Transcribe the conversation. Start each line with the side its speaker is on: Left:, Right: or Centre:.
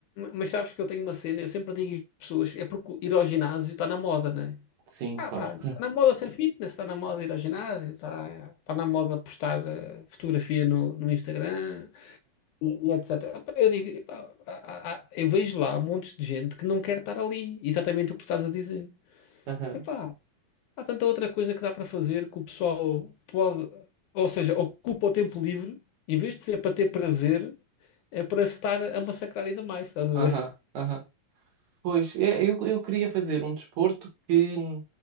Left: mas sabes que eu tenho uma cena, eu sempre digo às pessoas, é porque ir ao ginásio está na moda, né?
Right: sim,
Left: Ah,
Right: claro.
Left: tá, tá na moda ser fitness, está na moda ir ao ginásio, está tá tá na moda postar eh, fotografia no, no Instagram. E, e etc. Epá, Eu digo, epá, há- há- eu vejo lá montes de gente que não quer estar ali. Exatamente o que tu estás a dizer.
Right: <laughs> Aham,
Left: Epá, há tanta outra coisa que dá para fazer que o pessoal pode, ou seja, ocupa o tempo livre, em vez de ser para ter prazer, é para se estar a massacrar ainda mais, estás a
Right: aham,
Left: ver? <laughs>
Right: aham. Pois, é, eu, eu queria fazer um desporto que, hum,